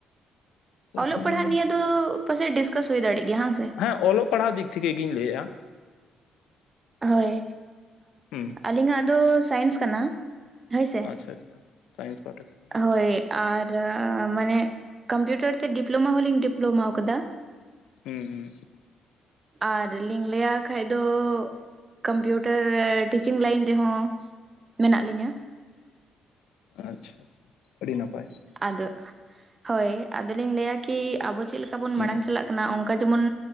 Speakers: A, on the left; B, on the right.
A: ᱯᱟᱨᱥᱚᱱᱟᱞ
B: ᱚᱞᱚᱜ ᱯᱟᱲᱦᱟᱜ
A: ᱦᱮᱸ
B: ᱱᱤᱭᱟᱹ ᱫᱚ ᱯᱟᱪᱮᱡ ᱰᱤᱥᱠᱟᱥ ᱦᱩᱭ ᱫᱟᱲᱮᱭ ᱜᱮᱭᱟ ᱦᱟᱝ ᱥᱮ
A: ᱦᱮᱸ ᱚᱞᱚᱜ ᱯᱟᱲᱦᱟᱣ ᱫᱤᱠ ᱴᱷᱤᱠ <unintelligible> ᱜᱮᱧ ᱞᱟᱹᱭᱮᱫᱼᱟ
B: ᱦᱳᱭ
A: ᱦᱩᱸ
B: ᱟᱹᱞᱤᱧᱟᱜ ᱫᱚ ᱥᱟᱭᱮᱱᱥ ᱠᱟᱱᱟ ᱦᱳᱭ ᱥᱮ
A: ᱟᱪᱪᱷᱟ ᱟᱪᱪᱷᱟ ᱥᱟᱭᱮᱱᱥ ᱯᱟᱦᱟᱴᱟ ᱥᱮᱛ
B: ᱦᱳᱭ ᱟᱨ ᱢᱟᱱᱮ ᱠᱚᱢᱯᱤᱭᱩᱴᱟᱨ ᱛᱮ ᱰᱤᱯᱞᱳᱢᱟ ᱦᱚᱳᱞᱤᱝᱧ ᱰᱤᱯᱞᱳᱢᱟ ᱟᱠᱟᱫᱟ
A: ᱦᱩᱸ ᱦᱩᱸ
B: ᱟᱨ ᱞᱤᱧ ᱞᱟᱹᱭᱟ ᱠᱷᱟᱡ ᱫᱚ ᱠᱚᱢᱯᱤᱭᱩᱴᱟᱨ ᱴᱤᱪᱤᱝ ᱞᱟᱭᱤᱱ ᱨᱮᱦᱚᱸ ᱢᱮᱱᱟᱜ ᱞᱤᱧᱟᱹ
A: ᱟᱪᱪᱷᱟ ᱟᱪᱪᱷᱟ ᱟᱹᱰᱤ ᱱᱟᱯᱟᱭ
B: ᱟᱫᱚ ᱦᱳᱭ ᱟᱫᱚᱞᱤᱧ ᱞᱟᱹᱭᱟ ᱠᱤ ᱟᱵᱚ ᱪᱮᱫ ᱞᱮᱠᱟ ᱵᱚᱱ
A: ᱦᱩᱸ
B: ᱢᱟᱲᱟᱝ ᱪᱟᱞᱟᱜ ᱠᱟᱱᱟ ᱚᱱᱠᱟ ᱡᱮᱢᱚᱱ